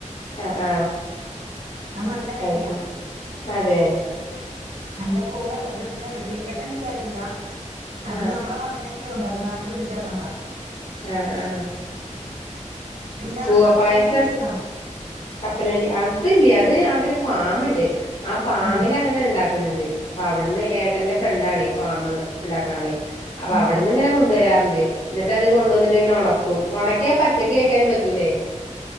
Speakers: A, on the left; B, on the right.
A: ആഹ് ആഹ്
B: അത് നല്ല വിലയാ
A: അത് ശരി അതേ
B: നല്ല കൂവയ അത് അതെന്തിന ഉപയോഗിക്കാന്ന് എനിക്കറിയില്ല അത്
A: ആഹ്
B: നമ്മുടെ പറമ്പില ക്കെ ഉണ്ട് അത്‌ നട്ടുപിടിപ്പിച്ചേക്കണതാ
A: ആഹ് ആഹ്
B: പിന്നെ അവിടെ
A: കൂവപ്പായസം
B: കപ്പലണ്ടി ഒക്കെ ഉണ്ടോ
A: കപ്പലണ്ടി അതില്ല അത് അവിടെ ഒരു ഫാമിണ്ട് ആ ഫാമിലങ്ങനെ
B: ആഹ്
A: ഇണ്ടാ ക്ക്ണെണ്ട് അപ്പ അവിടുന്ന് ഏട്ടന്റെ ഫ്രണ്ടാണെ ഫാമ് ഇണ്ടാക്കണ ആളെ അപ്പ
B: ഉവ്വ
A: അവിടുന്ന് ഇങ്ങനെ കൊണ്ടുവരാറുണ്ട് എന്നിട്ട് അത് കൊണ്ടുവന്നിട്ട് ഇങ്ങനെ ഒണക്കും ഒണക്കിയാ പച്ചക്ക് കഴിക്കാനും പ റ്റൂലേ